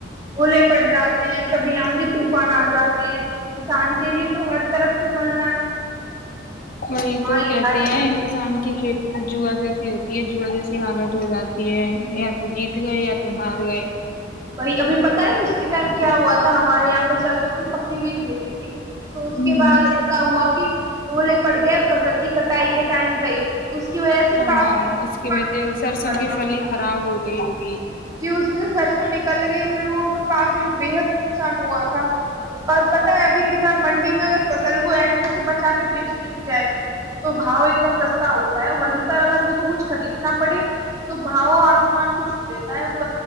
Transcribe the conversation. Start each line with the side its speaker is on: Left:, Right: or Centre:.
Right: اولے پٹ جاتے ہیں کبھی آاںد بھی طوفان آ جاتے ہیں کسان کے لیے تو ہر طرف سے مر
Left: وہی تو
Right: ہی
Left: کہتے
Right: جائے۔
Left: ہیں کسان کی کھیتی ج تو جو جیسی ہوتی ہے جا جی حالت ہو جاتی ہے یا تو جیت گئے یا تو ہار گئے
Right: بھائی ابھی پتا ہے پچھلی ٹائم کیا ہوا تھا ہمارے یہاں پہ سرسوں کی پکی ہوئی کھیتی تھی تو اس
Left: ہ
Right: کے بعد ایسا ہوا کہ اولے پڑ گئے فصل کی کٹائی کے ٹائم پہ ہی تو اس کی وجہ سے
Left: ہاں
Right: کافی نقصان
Left: اس کے بتے سرسوں
Right: ہوا
Left: کی
Right: تھا۔
Left: پھلی خراب ہوگی ایوگی
Right: جی اس میں سے سرسوں نکل گئی ان لوگوں کو کافی بےحد نقصان ہوا تھا اور پتا ہے ابھی کسان منڈی میں اگر پ سل کو ایسے جیسے بچا کے بیچ بھی جائے تو باؤ ایک دم سستا ہوتا ہے وہیں پر اگر اس کو کچھ خریدنا پڑے تو باؤ آسمان کو چھو ل <unintelligible>